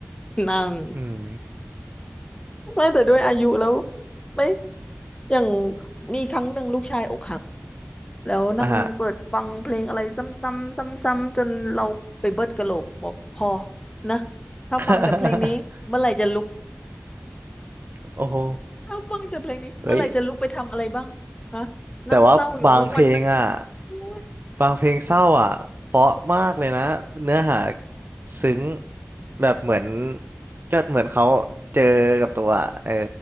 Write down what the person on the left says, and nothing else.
นั่น
<laughs> ไม่แต่ด้วยอายุแล้วไม่อย่างมีครั้งหนึ่งลูกชายอกหัก แล้วนั่งเปิดฟังเพลงอะไรซ้ำๆซ้ำๆจนเราไปเบิดกะโหลกบอกพอ
นะถ้าฟังแต่เพลงนี้เมื่อไหร่จะลุก
ถ้าฟังแต่เพลงนี้เมื่อไหร่จะลุกไปทำอะไรบ้างฮะ
นั่งเศร้าอยู่ทั้งวันทั้งคืนโอ๊ย